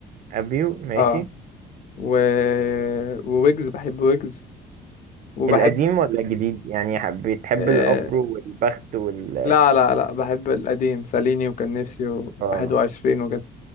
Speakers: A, on the right (about 50°); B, on the left (about 50°).
A: ابيو ماشي
B: اه و... وويجز بحب ويجز وبحب
A: القديم ولا الجديد يعني حب- بتحب
B: آه...
A: الافرو والبخت وال
B: لا لا لا بحب القديم ساليني وكان نفسي
A: اه
B: و21 وجد